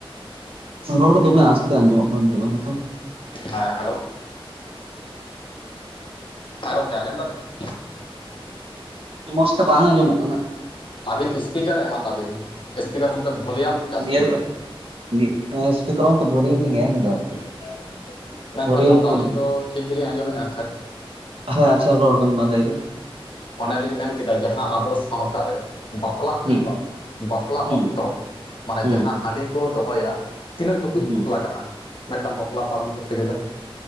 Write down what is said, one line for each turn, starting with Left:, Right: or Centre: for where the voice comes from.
Right: ᱨᱚᱲ ᱫᱚᱢᱮ ᱟᱥᱛᱮ ᱟᱸᱡᱚᱢᱚᱜ ᱠᱟᱱ ᱛᱟᱵᱤᱱᱟ ᱛᱚ
Left: ᱦᱮᱸ ᱦᱮᱞᱳ ᱦᱟᱸ ᱜᱚᱝᱠᱮ ᱟᱡᱚᱢ ᱮᱫᱟ ᱵᱤᱱ?
Right: ᱢᱚᱡ ᱛᱮ ᱵᱟᱝ ᱟᱹᱡᱚᱢᱚᱜ ᱠᱟᱱᱟ
Left: ᱟᱵᱤᱱ ᱤᱥᱯᱤᱠᱟᱨ ᱮᱢ ᱟᱛᱟᱵᱤᱱ ᱤᱥᱯᱤᱠᱟᱨ ᱵᱚᱞᱛᱮ ᱵᱷᱚᱞᱤᱭᱟᱢ ᱡᱟᱹᱥᱛᱤ
Right: ᱱᱤᱭᱟᱹ
Left: ᱵᱤᱱ,
Right: ᱨᱮᱫᱚ ᱮᱥᱯᱤᱠᱟᱨ ᱚᱱ ᱛᱮ ᱵᱷᱚᱞᱤᱭᱚᱢ ᱞᱤᱧ ᱮᱢ ᱮᱫᱟ
Left: <unintelligible> ᱢᱮᱱᱠᱷᱟᱱ
Right: ᱵᱷᱚᱞᱤᱭᱟᱢ
Left: ᱱᱚᱣᱟ ᱫᱚ
Right: ᱯᱷᱩᱞ
Left: ᱟᱹᱞᱤᱧ ᱫᱚ ᱴᱷᱤᱠ ᱜᱮᱞᱤᱧ ᱟᱸᱡᱚᱢᱮᱫ-ᱟ ᱠᱷᱟᱡ
Right: ᱦᱚᱭ ᱟᱪᱪᱷᱟ ᱨᱚᱲ ᱵᱮᱱ ᱢᱟ ᱞᱟᱹᱭ ᱵᱤᱱ
Left: ᱚᱱᱮ ᱞᱤᱧ ᱢᱮᱱ ᱠᱮᱫᱟ ᱡᱟᱦᱟᱸ ᱟᱵᱚ ᱥᱟᱶᱛᱟ ᱨᱮ ᱵᱟᱯᱞᱟ ᱦᱩᱭᱩᱜ-ᱟ
Right: ᱦᱩᱸ
Left: ᱵᱟᱯᱞᱟ
Right: ᱦᱩᱸ
Left: ᱚᱠᱛᱚ ᱢᱟᱱᱮ
Right: ᱦᱩᱸ
Left: ᱡᱟᱦᱟᱸ ᱦᱟᱺᱰᱤ ᱠᱚ ᱫᱚᱦᱚᱭᱟ ᱛᱤᱱᱟᱹᱜ ᱴᱩᱠᱩᱡ
Right: ᱦᱩᱸ
Left: ᱞᱟᱜᱟᱜ-ᱟ ᱢᱤᱫᱴᱟᱝ ᱵᱟᱯᱞᱟ ᱯᱟᱨᱚᱢ ᱠᱚᱨᱛᱮ ᱜᱮᱞᱮ?